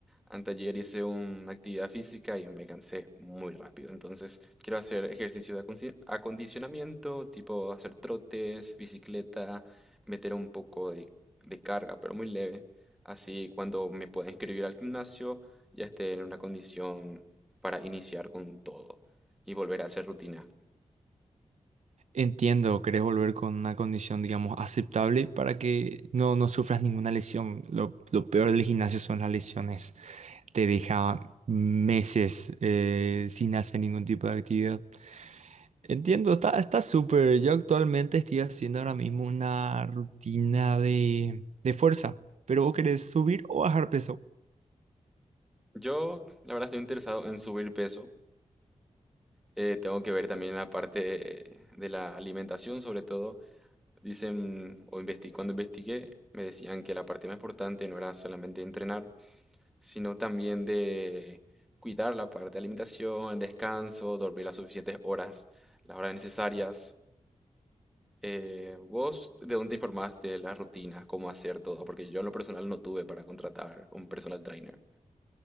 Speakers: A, in the centre; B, on the right.
A: Anteayer hice una actividad física y me cansé muy rápido. Entonces quiero hacer ejercicio de aconci- acondicionamiento, tipo hacer trotes, bicicleta, meter un poco de, de carga, pero muy leve. Así cuando me pueda inscribir al gimnasio ya esté en una condición para iniciar con todo y volver a hacer rutina.
B: Entiendo, querés volver con una condición, digamos, aceptable para que no, no sufras ninguna lesión. Lo, lo peor del gimnasio son las lesiones. Te deja meses eh, sin hacer ningún tipo de actividad. Entiendo, está, está súper. Yo actualmente estoy haciendo ahora mismo una rutina de, de fuerza. Pero vos querés subir o bajar peso.
A: Yo, la verdad, estoy interesado en subir peso. Eh, tengo que ver también la parte de la alimentación, sobre todo. Dicen, o investi- cuando investigué, me decían que la parte más importante no era solamente entrenar, sino también de cuidar la parte de alimentación, el descanso, dormir las suficientes horas, las horas necesarias. Eh, ¿vos de dónde te informás de las rutinas, cómo hacer todo? Porque yo en lo personal no tuve para contratar un personal trainer.